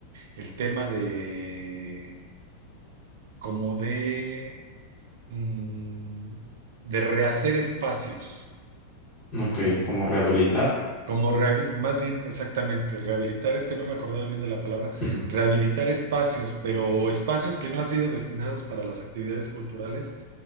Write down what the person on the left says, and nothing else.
ok, ¿cómo rehabilitar?
Ujú,